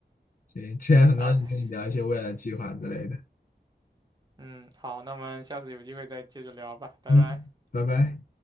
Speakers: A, on the left (about 50°); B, on the right (about 25°).
A: 行，今天很高兴跟你聊一些未来计划之类的。
B: 哎，嗯，好，那我们下次有机会再接着聊吧，拜拜。
A: 嗯，拜拜。